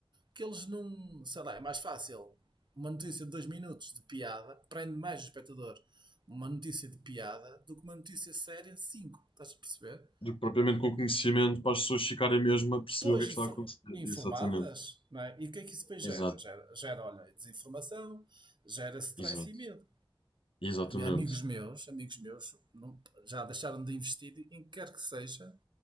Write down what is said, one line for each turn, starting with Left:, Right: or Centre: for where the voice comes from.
Right: que eles não. Sei lá, é mais fácil. Uma notícia de dois minutos de piada prende mais o espectador uma notícia de piada do que uma notícia séria de 5. Estás a perceber?
Left: do que propriamente com conhecimento para as pessoas ficarem mesmo a perceber
Right: Pois
Left: o que é
Right: infor
Left: que está a acontecer.
Right: informadas,
Left: Exatamente.
Right: não é? E o que é que isso depois
Left: Exato.
Right: gera? Gera, gera olha, desinformação, gera stress
Left: Exato.
Right: e medo.
Left: Exatamente.
Right: Amigos meus, amigos meus, não- já deixaram de investir em que quer que seja,